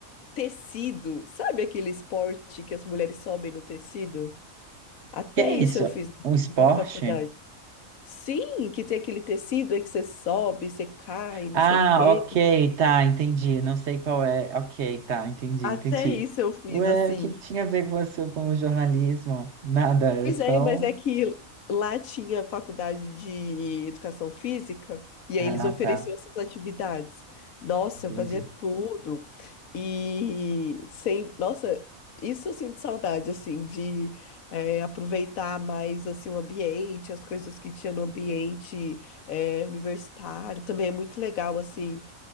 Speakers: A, on the left; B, on the right.
A: Tecido, sabe aquele esporte que as mulheres sobem no tecido? Até
B: Que é
A: isso
B: isso?
A: eu fiz
B: Um esporte?
A: da faculdade. Sim, que tem aquele tecido aí que você sobe, você cai, não
B: Ah,
A: sei o quê.
B: ok, tá, entendi. Não sei qual é. Ok, tá, entendi,
A: Até
B: <laughs> entendi.
A: isso eu fiz,
B: Ué,
A: assim.
B: o que que tinha a ver com você com o jornalismo? Nada, era
A: Pois
B: só.
A: é, mas é
B: um-
A: que lá tinha faculdade de educação física e aí
B: Ah,
A: eles ofereciam
B: tá,
A: essas atividades. Nossa,
B: entendi.
A: eu fazia tudo. E sem, nossa, isso eu sinto saudade assim de é, aproveitar mais assim o ambiente, as coisas que tinha no ambiente é, universitário. Também é muito legal assim